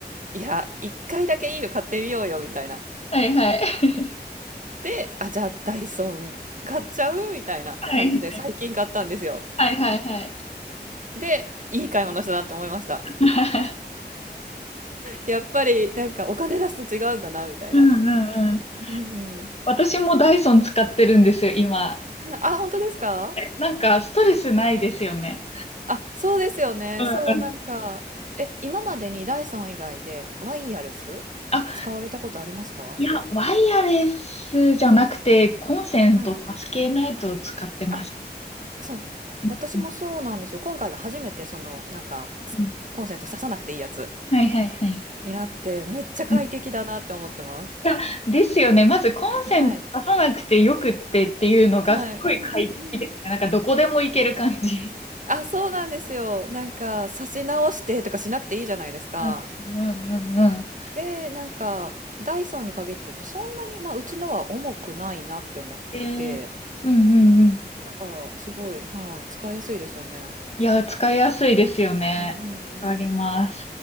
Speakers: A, on the right; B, on the left.
A: いや一回だけいいの買ってみようよみたいな
B: はいはい。<laughs>
A: で、あ、じゃあダイソン買っちゃうみたいな感じで最近買ったんですよ。
B: はい。はいはいはい。
A: で、いい買い物したなって思いました。
B: <laughs>
A: やっぱりなんかお金出すと違うんだな、みたいな。
B: うんうんうん。
A: うん。
B: 私もダイソン使ってるんですよ、今。
A: はいあ、本当ですか
B: なんかストレスないですよね。
A: あ、そうですよね。
B: うんうん。
A: そう、なんか、え、今までにダイソン以外でワイヤレス使われたことありますか
B: あ、いや、ワイヤレスじゃなくて、コンセント挿し系のやつを使ってました。
A: はい。あ、そう。私もそうなんですよ。
B: うん
A: 今回が初めてその、なんか、
B: うん
A: コンセント挿さなくていいやつ
B: はいはいはい。
A: になって、めっちゃ快適だなって思ってます。
B: うんいや、ですよね。まずコンセント挿さなくてよくってっていうのがすごい快適ですね。
A: はい。はい。うんうんうん。
B: なんかどこでも行ける感じ。
A: あ、そうなんですよ。なんか、差し直してとかしなくていいじゃないですか。
B: うんうんうんう
A: で、なんか、ダイソンに限って言うと、そんなに、まあ、うちのは重くないなって思って、
B: ん。えー、うんうんうん。
A: だから、すごい、はい、使いやすいですよね。
B: いや、使いやすいですよね。
A: うんうんうん。
B: わかります。